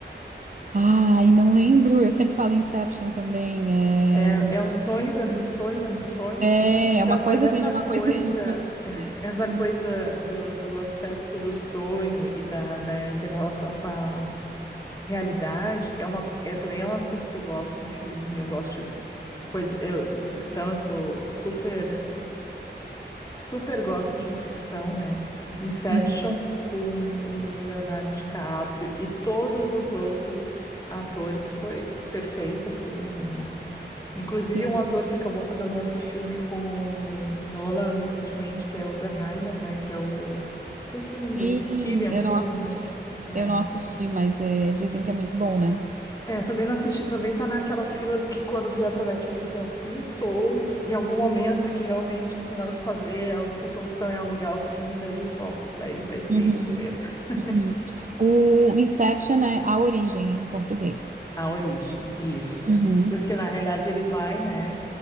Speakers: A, on the right; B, on the left.
A: Ah, e não lembro, eu sempre falo Inception também.
B: É, é um sonho dentro do sonho dentro do sonho.
A: É,
B: Então,
A: é é uma
B: mas
A: coisa
B: essa
A: dentro de uma
B: coisa,
A: coisa. dentro de uma
B: <laughs> essa
A: coisa.
B: coisa
A: <laughs>
B: do, do aspecto do sonho e da, da inter-relação com a Realidade é uma é também é um assunto que eu gosto em filme, eu gosto de coisa, eu, ficção, eu sou super super gosto de ficção, né? Inception
A: Uhum,
B: com o Leonardo DiCaprio e todos os outros atores foi perfeita, assim. é. Inclusive
A: Sim.
B: um ator que acabou fazendo um outro filme com o Nolan recentemente, que é Oppenheimer, né? Que é o esqueci o nome
A: Sim,
B: dele, Killian
A: eu
B: Killian
A: não assisti,
B: Murphy. É.
A: eu não assisti, mas é, dizem que é muito bom, né?
B: É, eu também não assisti, também tá naquela fila do que quando vier pra Netflix eu assisto, ou em algum momento que realmente não tem nada pra fazer, é a única solução é alugar o filme, daí, bom, daí vai ser
A: Uhum,
B: isso mesmo. <laughs>
A: uhum. O Inception é A Origem em português.
B: A origem, isso.
A: Uhum.
B: Porque na realidade ele vai, né,